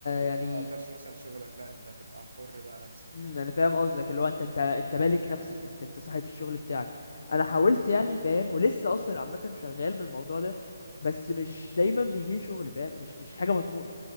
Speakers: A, on the left; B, on the right.
A: يعني
B: حد ما يقدرش مثلا شغلك لا انت هتبقى حر بقى نفسك
A: امم
B: فاهم
A: انا فاهم قصدك اللي هو انت انت انت مالك نفسك انت انت صاحب الشغل بتاعك انا حاولت يعني فاهم ولسه اصلا عامه شغال بالموضوع ده بس مش دايما بيجيلي شغل فاهم مش مش حاجه مضمونه